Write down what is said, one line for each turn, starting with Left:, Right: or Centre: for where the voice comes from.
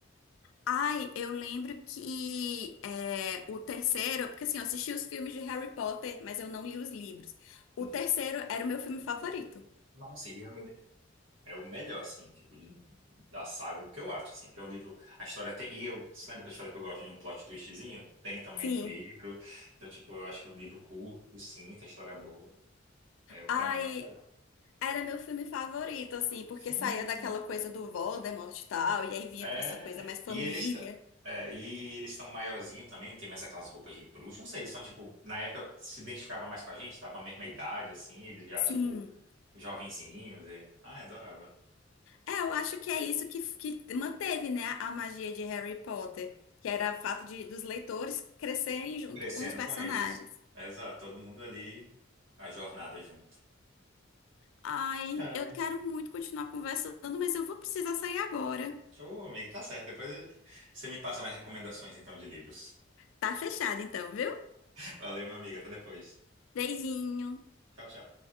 Left: Ai, eu lembro que é, o terceiro, porque assim, eu assisti os filmes de Harry Potter, mas eu não li os livros. O
Right: Uhum.
Left: terceiro era o meu filme favorito.
Right: Nossa, e é o, meu li- é o melhor, assim, tipo, de- da saga, o que eu acho, assim. Porque é um livro, a história tem... E eu, você lembra que eu te falei que eu gosto de um plot twistzinho? Tem também
Left: Sim.
Right: no livro. Então, tipo, eu acho que o livro curto, sim, a história é boa. É, eu, para
Left: Ai,
Right: mim, eu acho melhor.
Left: era meu filme favorito, assim, porque
Right: Sim.
Left: saía daquela coisa do Voldemort e tal, e aí vinha
Right: É.
Left: pra essa coisa mais família.
Right: E eles estão. e eles estão maiorzinho também, não tem mais aquelas roupas de bruxa. Não sei, eles estão, tipo, na época se identificava mais com a gente, tava a mesma idade, assim, eles já,
Left: Sim.
Right: tipo, jovenzinhos. E... Ah, eu adorava.
Left: É, eu acho que é isso que, que manteve, né, a magia de Harry Potter, que era o fato de, dos leitores crescerem junto
Right: Crescendo
Left: com os personagens.
Right: com eles. Exato, todo mundo ali, a jornada junto.
Left: Ai,
Right: Ai.
Left: eu quero muito continuar conversando, mas eu vou precisar sair agora.
Right: Ô, amigo, tá certo. Depois você me passa mais recomendações, então, de livros.
Left: Tá fechado então, viu?
Right: <laughs> Valeu, minha amiga. Até depois.
Left: Beijinho.
Right: Tchau, tchau.